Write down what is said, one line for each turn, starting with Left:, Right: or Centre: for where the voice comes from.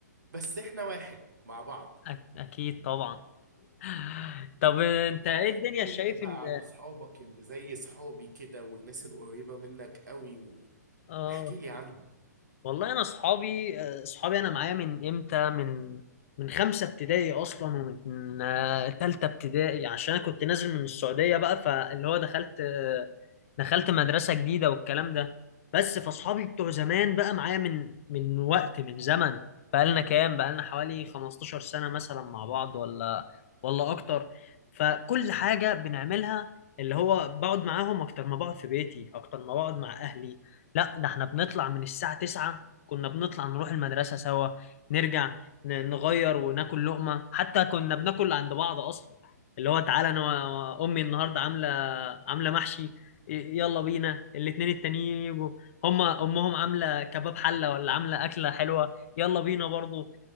Right: بس احنا واحد مع بعض
Left: أك... أكيد طبعا <laughs> طب انت ايه
Right: احكي
Left: الدنيا شايف
Right: لي انت بقى
Left: ان
Right: عن اصحابك اللي زي صحابي كده والناس القريبة منك قوي
Left: اه
Right: واحكي لي عنهم
Left: والله انا اصحابي اصحابي انا معايا من امتى من من خمسه ابتدائي اصلا ومن آه، تالته ابتدائي عشان انا كنت نازل من السعوديه بقى فاللي هو دخلت دخلت مدرسة جديدة والكلام ده بس فاصحابي بتوع زمان بقى معايا من من وقت من زمن بقالنا كام بقالنا حوالي 15 سنة مثلا مع بعض ولا ولا اكتر فكل حاجة بنعملها اللي هو بقعد معاهم اكتر ما بقعد في بيتي اكتر ما بقعد مع اهلي لا ده احنا بنطلع من الساعة 9 كنا بنطلع نروح المدرسة سوا نرجع ن- نغير وناكل لقمة حتى كنا بناكل عند بعض اصلا اللي هو تعالى انا و- امي النهارده عامله عامله محشي يلا بينا الاتنين التانيين يجوا هما امهم عامله كباب حله ولا عامله اكله حلوه يلا بينا برضو